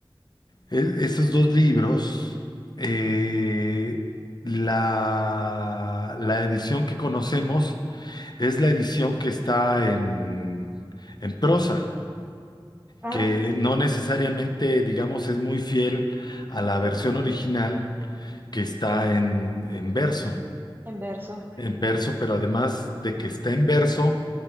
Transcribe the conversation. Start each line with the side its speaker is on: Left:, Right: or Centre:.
Left: e- esos dos libros, eh, la, la edición que conocemos es la edición que está en en prosa.
Right: Ah,
Left: que
Right: sí,
Left: no necesariamente, digamos, es muy fiel a la versión original que está en, en verso,
Right: en verso.
Left: en verso, pero además de que está en verso,